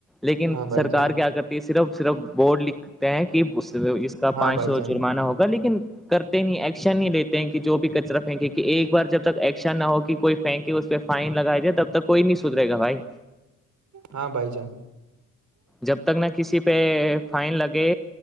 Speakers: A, in the centre; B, on the right (about 45°).
A: لیکن
B: ہاں بھائی
A: سرکار
B: جان
A: کیا کرتی ہے صرف صرف بورڈ لکھ کہ اس کا
B: ہاں
A: پانچ
B: بھائی
A: سو
B: جان
A: جرمانہ ہوگا لیکن کرتے نہیں ایکشن نہیں لیتے ہیں کہ جو بھی کچرا پھینکے کی ایک بار جب تک ایکشن نہ ہو کہ کوئی پھینک اس پہ فائن لگایا جائے تب تک کوئی نہیں سدھریگا بھائی
B: ہاں بھائی جان
A: جب تک نہ کسی پہ فائن لگے